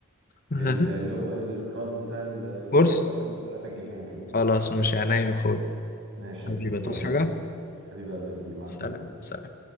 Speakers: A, on the left; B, on the right.
A: <laughs>
B: لل- اللي هو للرابط بتاع ال- الكورس
A: كورس
B: عشان أدخل اسجل فيه انا كمان
A: خلاص ماشي عينيا يا اخويا
B: ماشي يا
A: حبيبي
B: كبير
A: تصحى
B: يلا
A: حاجه
B: حبيب قلبي يا كبير مع
A: سلام
B: السلامه
A: سلام